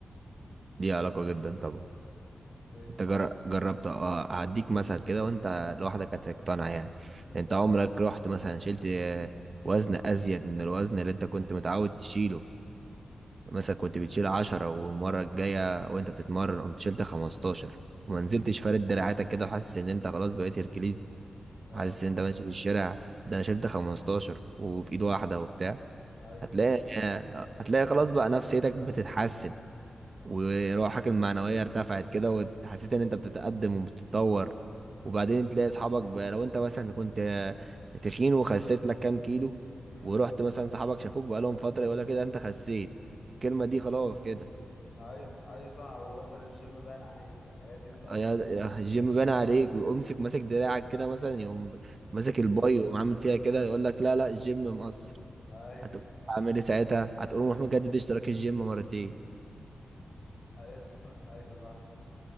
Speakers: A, on the right; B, on the left.
A: دي علاقة جدا طبعا
B: ليه؟
A: انت جر- جربت أ- هديك مثل كده وانت لوحدك هتقتنع يعني
B: مم.
A: انت عمرك رحت مثلا شلت آه، وزن ازيد من الوزن اللي انت كنت متعود تشيله مثلا كنت بتشيل 10 والمرة الجاية وانت بتتمرن قمت شلت 15 وما نزلتش فارد دراعاتك كده وحاسس ان انت خلاص بقيت هيركليز
B: اه
A: حاسس ان انت ماشي في الشارع ده انا شلت 15 وفي ايد واحده وبتاع
B: ايوه
A: هتلاقي
B: صح
A: <laughs> هتلاقي خلاص بقى نفسيتك بتتحسن
B: <laughs>
A: وروحك المعنويه ارتفعت كده وحسيت ان انت بتتقدم وبتتطور
B: مم.
A: وبعدين تلاقي اصحابك بقى لو انت مثلا كنت تخين وخسيت لك كام كيلو
B: مم.
A: ورحت مثلا صحابك شافوك بقى لهم فتره يقول لك كده انت خسيت الكلمه دي خلاص كده
B: ايوه ايوه صح ومثلا الجيم باين عليك الحاجات دي بتأثر
A: يا يا الجيم بان عليك ويقوم مسك ماسك دراعك كده مثلا يقوم ماسك الباي ويقوم عامل فيها كده يقول لك لا لا الجيم مقصر
B: ايوه
A: هتقول اعمل ايه ساعتها هتقول
B: <laughs>
A: روح مجدد اشتراك الجيم مرتين
B: ايوه صح ايوه صح